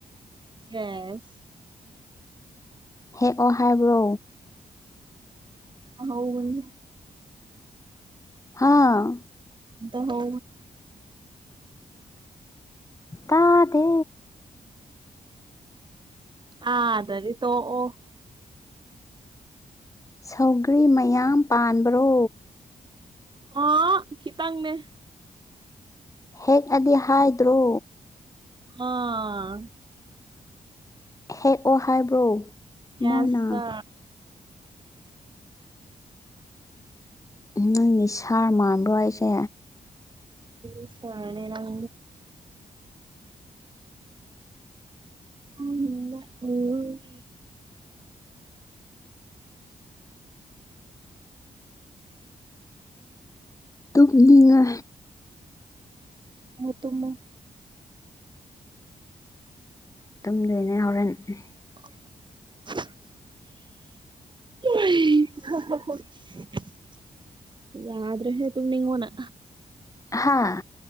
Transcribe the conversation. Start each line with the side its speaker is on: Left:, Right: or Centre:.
Right: ꯌꯦꯁ
Left: ꯍꯦꯛꯑꯣ ꯍꯥꯏꯕ꯭ꯔꯣ
Right: ꯍꯅꯦ
Left: ꯍꯥꯥ
Right: ꯑꯗ ꯍ
Left: ꯇꯥꯗꯦ
Right: ꯑ ꯑꯗꯔꯤ ꯇꯣ ꯑꯣ
Left: ꯁꯧꯒ꯭ꯔꯤ ꯃꯌꯥꯝ ꯄꯥꯟꯕ꯭ꯔꯣ
Right: ꯑꯥ ꯈꯈꯤꯇꯪꯅꯦ
Left: ꯍꯦꯛꯑꯗꯤ ꯍꯥꯏꯗ꯭ꯔꯣ
Right: ꯑꯥ
Left: ꯍꯦꯛꯑꯣ ꯍꯥꯏꯕ꯭ꯔꯣ
Right: ꯌꯥꯁ
Left: ꯃꯣꯏꯅ ꯅꯪꯒꯤ ꯁꯥꯔ ꯃꯥꯟꯕ꯭ꯔꯣ ꯍꯥꯏꯁꯦ
Right: ꯑꯁꯅꯦꯦ ꯅꯪ ꯑ ꯎꯗ ꯎꯝꯝ
Left: ꯇꯨꯡꯅꯤꯡꯉ
Right: ꯇꯃꯨ ꯇꯨꯝꯃꯨ
Left: ꯇꯨꯝꯗꯣꯏꯅ ꯌꯥꯎꯔꯅꯤ
Right: <unintelligible> <unintelligible> ꯭ꯔꯦ ꯇꯨꯝꯅꯤꯉ ꯋꯥꯅ
Left: ꯍꯥꯥ